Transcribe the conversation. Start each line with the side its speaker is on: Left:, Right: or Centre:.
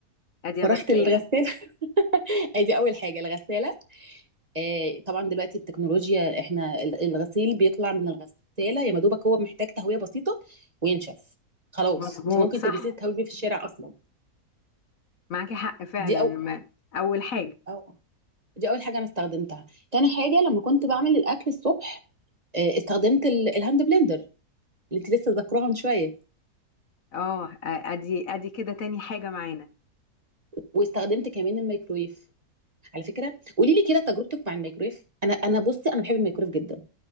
Left: ادي
Right: فرحت
Left: غسالة
Right: للغساله <laughs> ادي اول حاجه الغساله آه، طبعا دلوقتي التكنولوجيا احنا ال- الغسيل بيطلع من الغساله يا مدوبك هو محتاج تهويه بسيطه وينشف خلاص
Left: مظبوط
Right: انت ممكن
Left: صح
Right: تلبسيه تهوي بيه في الشارع اصلا
Left: معاكي حق فعلا
Right: دي او
Left: ما اول حاجة
Right: أو دي اول حاجه انا استخدمتها تاني حاجه لما كنت بعمل الاكل الصبح آه، استخدمت ال- الهاند بلندر اللي انت لسه ذاكراها من شويه
Left: اه ادي ادي كده تاني حاجة معانا
Right: واستخدمت كمان الميكرويف على فكره قولي لي كده تجربتك مع الميكرويف انا انا بصي انا بحب الميكرويف جدا